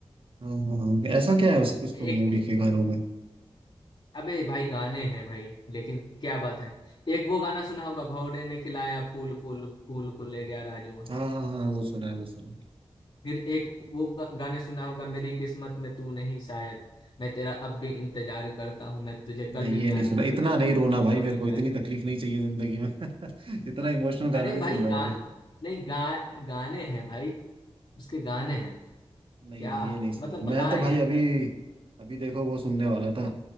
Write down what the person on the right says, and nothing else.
हाँ हाँ हाँ ऐसा क्या है उस उस मूवी
के गानों में
हाँ हाँ हाँ वो सुना है वो सुना है
नहीं
ये
नहीं सुना
इतना
नहीं
रोना
भाई
मेरे
को
इतनी
तकलीफ नहीं चाहिए जिंदगी में <laughs> इतना इमोशनल गाना
नहीं
सुनना
मुझे
नहीं
नहीं ये नहीं सुना
मैं तो
भाई
अभी अभी देखो वो सुनने वाला था